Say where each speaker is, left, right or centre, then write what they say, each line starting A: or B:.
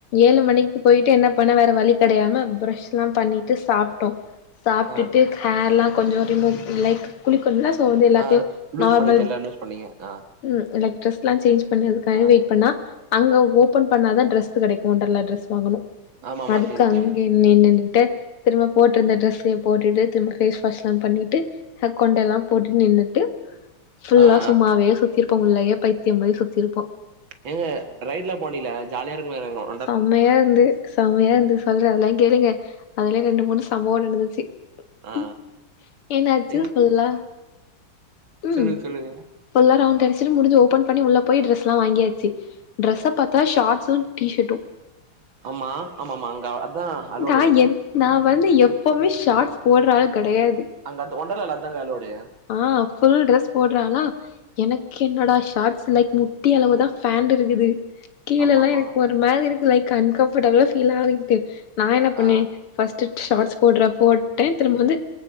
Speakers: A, on the left; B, on the right.
A: ஏழு மணிக்கு பொய்ட்டு என்ன பண்ண வேற வழி கெடயாம ப்ரெஷ்ல்லா பண்ணிட்டு சாப்ட்டோ சாப்ட்டுட்டு
B: ஆ
A: ஹேர் லா கொஞ்சோ ரிமு லைக் குளிக்குணுல்ல அப்போ வந்து எல்லாத்யு
B: ஆ லூஸ்
A: நார்மல்
B: பண்ணிட்டேல்ல லூஸ் பண்ணீங்க ஆ
A: ம் லைக் ட்ரெஸ்ல்லா சேஞ்ச் பண்ரதுக்காக
B: ஆ
A: வெயிட் பண்ணா அங்க ஓபன் பண்ணா தா ட்ரஸ்க் கெடைக்கு ஒன்டர்லா ட்ரஸ் வாங்கணு
B: ஆமாமா
A: அதுக்கு
B: தெரியு
A: அங்கே
B: தெரியு
A: மே நின்னுட்டு திரும்ப போட்ருந்த ட்ரஸ்சயே போட்டுட்டு திரும்ப ஃபேஸ் வாஷ்ல்லா பண்ணிட்டு ஆ கொண்டெல்லா போட்டு நின்னுட்டு ஃபுல்லா
B: ஆ
A: சும்மாவே
B: ஆ
A: சுத்திருப் போ உள்ளயே பைத்தியோமாரி சுத்திரிப்போ.
B: எங்க ரைட்ல்லா போனீங்லா ஜாலியா இருக்கு <unintelligible>
A: செம்மயா இருந்து செம்மையா இருந்து சொல்ற அதெல்லா கேளுங்க. அதுல்யே ரெண்டு மூணு சம்பவோ நடந்துச்சி
B: ஆ
A: ம் என்ன ஆச்சு
B: எங்
A: ஃபுல்லா ம்
B: சொல்லுங்க சொல்லுங்க
A: ஃபுல்லா ரவுண்ட் அடுச்சுட்டு முடுஞ்சு ஓபன் பண்ணி உள்ள போயி ட்ரஸ்லா வாங்கியாச்சு டிரெஸ்ச பாத் தா ஷார்ட்ஸ்சு டீஷெட்டு
B: ஆமா ஆமா ஆமா அங்க அதா அலௌடு
A: நா என் நா வந்து எப்பொமே ஷாட்ஸ் போட்ற ஆளு கெடையாது
B: அங்க அன்ட ஒண்டலல்ல அதாங்க அலோடேய
A: ஆஹ் ஃபுல் ட்ரெஸ் போட்றாளா எனக்கு என்னடா ஷார்ட்ஸ் லைக் முட்டி அளவு தா ஃபேன்ட் இருக்குது கீழெல்லா
B: ஆமா ஆமா
A: எனக்கு ஒரு மாரி இருக்கு லைக் அன்கம்ஃபடபிளா ஃபீல் ஆவதுண்டு நா என்ன பண்ண
B: ஆ
A: ஃபஸ்ட்ட் ஷார்ட்ஸ் போட்றா போட்டே திரும்ப வந்து